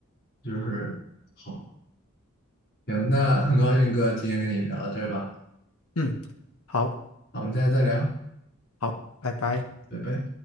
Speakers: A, on the left; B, on the left.
A: 就是好，行，那很高兴哥今天跟你聊到这儿吧，
B: 嗯，好，
A: 好我们再再聊。
B: 好，拜拜。
A: 拜拜。